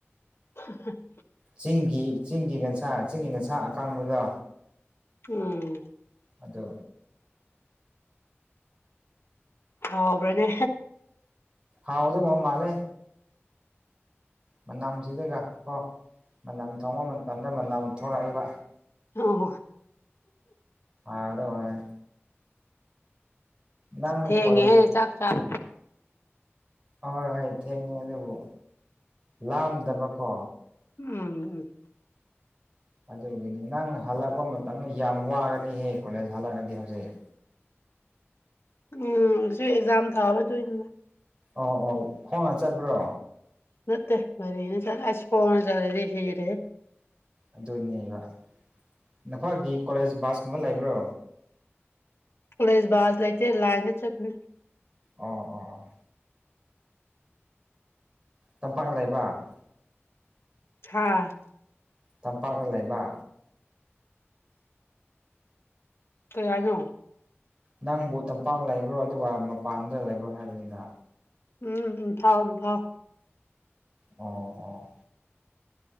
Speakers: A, on the left; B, on the right.
A: <unintelligible>
B: ꯆꯤꯡꯒꯤ ꯆꯤꯡꯒꯤ ꯉꯁꯥ ꯆꯤꯡꯒꯤ ꯉꯟꯁꯥ ꯑꯀꯪꯕꯗꯣ
A: ꯎꯝ
B: ꯑꯗꯨ
A: ꯍꯥꯎꯕ꯭ꯔꯥꯅꯦ
B: ꯍꯥꯎꯗꯧꯕ ꯃꯥꯜꯂꯦ ꯃꯅꯝꯁꯤꯗꯒꯀꯣ ꯃꯅꯝ ꯊꯣꯡꯕ ꯃꯇꯝꯗ ꯃꯅꯝ ꯊꯣꯔꯛꯏꯕ
A: ꯑꯣ
B: ꯑꯗꯨ ꯋꯥꯅꯦ ꯅꯪ
A: ꯊꯦꯡꯉꯦ
B: ꯀꯣꯂꯦꯖ
A: ꯍꯦ ꯆꯥꯛ ꯆꯥ <unintelligible>
B: ꯑꯣ ꯍꯣꯏ ꯊꯦꯡꯉꯦ ꯑꯗꯨꯕꯨ ꯂꯥꯝꯗꯕꯀꯣ
A: ꯎꯝ ꯎꯝ
B: ꯑꯗꯨꯒꯤꯅꯤ ꯅꯪ ꯍꯜꯂꯛꯄ ꯃꯇꯝꯗ ꯌꯥꯝ ꯋꯥꯔꯅꯤꯍꯦ ꯀꯣꯂꯦꯖ ꯍꯜꯂꯛꯑꯗꯤ ꯍꯧꯖꯤꯛ
A: ꯎꯝ ꯁꯤ ꯑꯦꯛꯖꯥꯝ ꯊꯥꯕꯗꯣꯏꯅꯤ
B: ꯑꯣ ꯑꯧ ꯈꯣꯡꯅ ꯆꯠꯄ꯭ꯔꯣ
A: ꯅꯠꯇꯦ ꯒꯥꯔꯤꯅ ꯆꯠ ꯑꯁ ꯈꯣꯡꯅ ꯆꯠꯂꯗꯤ ꯁꯤꯔꯦꯍꯦ
B: ꯑꯗꯨꯅꯦꯕ ꯅꯈꯣꯏꯒꯤ ꯀꯣꯂꯦꯖ ꯕꯥꯁꯀꯨꯝꯕ ꯂꯩꯕ꯭ꯔꯣ
A: ꯀꯣꯂꯦꯖ ꯕꯥꯁ ꯂꯩꯇꯦ ꯂꯥꯏꯟꯗ ꯆꯠꯄꯅꯦ
B: ꯑꯣ ꯑꯣ ꯇꯝꯄꯥꯛ ꯂꯩꯕ
A: ꯍꯥ
B: ꯇꯝꯄꯥꯛꯅ ꯂꯩꯕ
A: ꯀꯩ ꯍꯥꯏꯅꯣ
B: ꯅꯪꯕꯨ ꯇꯝꯄꯥꯛ ꯂꯩꯕ꯭ꯔꯣ ꯑꯗꯨꯒ ꯃꯄꯥꯟꯗ ꯂꯩꯕ꯭ꯔꯣ ꯍꯥꯏꯕꯅꯤꯅ
A: ꯎꯝ ꯎꯝ ꯊꯥꯎ ꯎꯝ ꯊꯥꯎ
B: ꯑꯣ ꯑꯣ